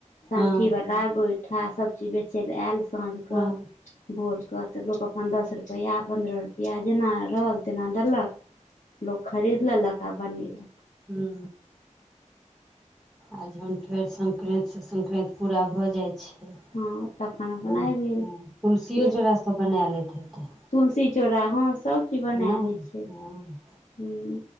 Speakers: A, on the left; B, in the centre.
A: सँठीवला
B: हँ
A: कड़ा गोइठा सब चीज बेचय ल आयल साँझ
B: हँ
A: के भोर के तऽ लोक अपन दस रुपआ रुपैआ पन्द्रह रुपआ जेना रहल तेना देलक लोक खरीद लेलक तक बनेलक
B: हू आ जहन फेर सक्रान्ति से सक्रान्ति पूरा भऽ जाइ छै तन
A: हँ तखन अपन आबि गेल
B: तुलसिओ
A: जे
B: चौड़ासभ बना लैत हेतै
A: तुलसी चोड़ा हँ सभचीज बना
B: हँ
A: लै छियै हुँ
B: हँ